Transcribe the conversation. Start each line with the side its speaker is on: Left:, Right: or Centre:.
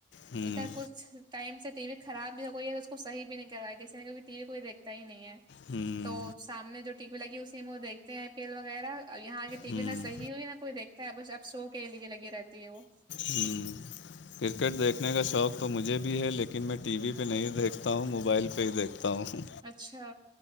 Left: ہوں
Right: ادھر کچھ ٹائم سے ٹی وی خراب بھی ہو گئی ہے تو اس کو صحی بھی نہیں کر رہا ہے کسیھی ٹی وی کوئی دیکتا ہی نہیں ہے
Left: ہوں
Right: تو سامنے جو ٹکی لگی اسی میں وہ دیکھ آئی پی ایل وغیرہ یہاں کی ٹی
Left: ہوں
Right: وی نہا صی ہوئی نہ کوئی دیکھتا ہے بس اب شو کے لیے لگی رہتا <unintelligible>
Left: ہ کرکٹ دیکھنے کا شوق تو مجھے بھی ہے لیکن میں ٹی وی
Right: ہ
Left: پہ نہیں دیکھتا دیکھتا ہوں موبائل پہ ہی دیکھتا ہوں
Right: اچھا